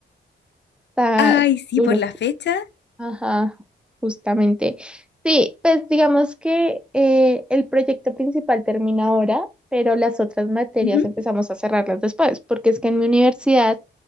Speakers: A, in the centre; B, on the left (about 70°).
A: está
B: Ay, sí,
A: duro.
B: por la fecha.
A: Ajá, justamente. Sí, pues digamos que eh, el proyecto principal termina ahora, pero las otras materias
B: Ujú.
A: empezamos a cerrarlas después, porque es que en mi universidad